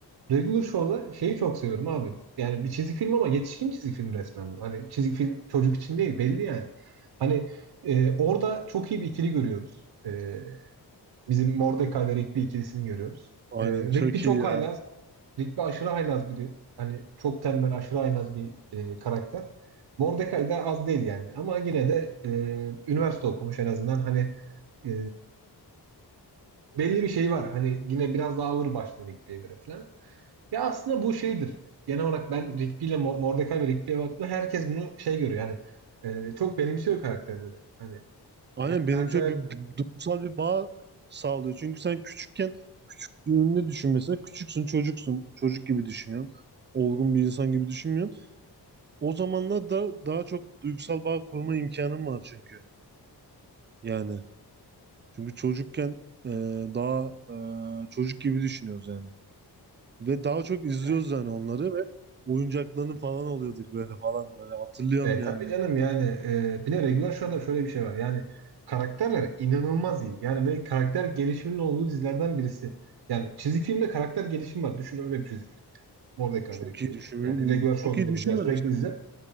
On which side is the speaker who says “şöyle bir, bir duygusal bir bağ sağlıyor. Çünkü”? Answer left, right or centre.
Right